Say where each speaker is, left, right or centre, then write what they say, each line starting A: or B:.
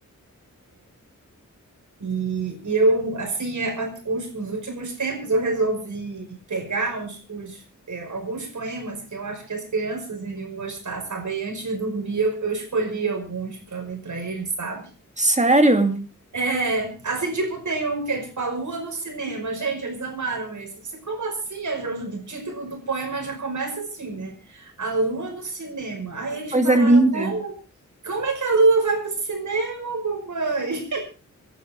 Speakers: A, on the right (about 70°); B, on the right (about 20°).
A: E, e eu, assim, é, a- os, nos últimos tempos eu resolvi pegar os, os, é, alguns poemas que eu acho que as crianças iriam gostar, sabe? E antes de dormir eu, eu escolhi alguns para ler para eles, sabe?
B: Sério?
A: É, assim, tipo, tem um que é tipo A Lua no Cinema. Gente, eles amaram esse. Eu disse, como assim? A- O título do poema já começa assim, né? A Lua no Cinema. Aí eles
B: Coisa
A: pararam,
B: linda.
A: como? Como é que a Lua vai pro cinema, mamãe?